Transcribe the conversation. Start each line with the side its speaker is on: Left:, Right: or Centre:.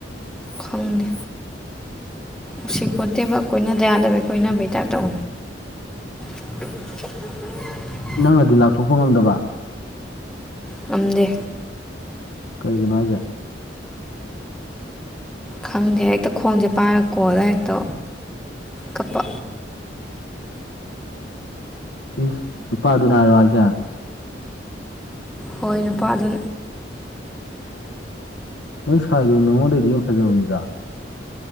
Centre: ꯈꯪꯗꯦ ꯎꯆꯦꯛꯄꯣꯠꯇꯦꯕ ꯀꯣꯏꯅꯗ ꯌꯥꯗꯕꯩ ꯀꯣꯏꯅ ꯕꯩꯇꯥꯏꯞ ꯇꯧ <unintelligible>
Left: ꯅꯪꯅꯗꯤ ꯂꯥꯛꯊꯣꯛꯄ ꯉꯝꯗꯕ
Centre: ꯉꯝꯗꯦ
Left: ꯀꯩꯒꯤꯅꯣ ꯍꯥꯏꯁꯦ
Centre: ꯈꯪꯗꯦ ꯍꯦꯛꯇ ꯈꯣꯡꯁꯦ ꯄꯥꯏꯔꯒ ꯀꯣꯜꯂ ꯍꯦꯛꯇ ꯀꯞꯄ
Left: ꯏꯁ ꯅꯨꯄꯥꯗꯨ ꯅꯥꯔꯣ ꯍꯥꯏꯖꯦ
Centre: ꯍꯣꯏ ꯅꯨꯄꯥꯗꯨ
Left: ꯅꯣꯏ ꯁꯥꯏꯗꯣ ꯅꯉꯣꯟꯗꯩꯗꯤ ꯐꯖꯕꯅꯤꯗ